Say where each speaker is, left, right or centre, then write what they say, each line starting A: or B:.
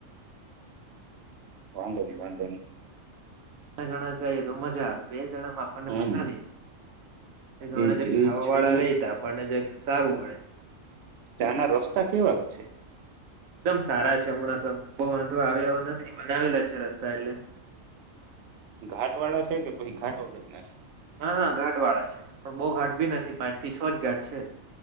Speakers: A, on the right (about 60°); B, on the right (about 85°).
A: વાંધો નહીં વાંધો નહીં.
B: ઘણા જઈએ તો મજા બે. આપણને
A: હમ
B: મજા નહી, ઘણા
A: એજ એજ
B: ખાવા
A: છે
B: વાળા રહીતા આપણને જે સારું મળે.
A: ત્યાંના રસ્તા કેવા છે
B: એકદમ સારા છે, હમણાં તો બહુ વાંધો આવે એવા નથી બનાવેલા છે, રસ્તા એટલે.
A: ઘાટ વાળા છે, કે પછી ઘાટ વગરના ના <inaudible>
B: હા હા ઘાટ વાળા છે, પણ બહુ ઘાટ ભી નથી પાંચ થી છ જ ઘાટ છે.